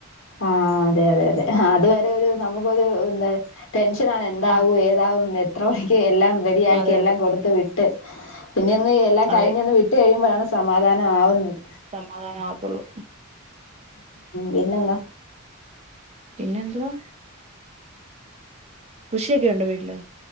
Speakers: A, on the left; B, on the right.
A: ആഹ് അതെ അതെ അതെ അതുവരെ ഒരു നമുക്കൊരു എന്താ ടെൻഷനാണ് എന്താകു
B: ആഹ്
A: എ എത്ര മണിക്ക് എല്ലാം റെഡിയ ആക്കി
B: അതെ
A: എല്ലാം
B: അതെ
A: കൊടുത്ത് വിട്ട് പിന്നെ ഒന്ന് എല്ലാം
B: അതെ
A: കഴിഞ്ഞൊന്ന് കട്ട കഴിയുമ്പോഴാണ് സമാധാനം ആവുന്നത്
B: സമാധാനം ആവത്തുള്ളൂ
A: പിന്നെന്താ
B: പിന്നെ എന്തുവാ കൃഷിയൊക്കെ ഉണ്ടോ വീട്ടില്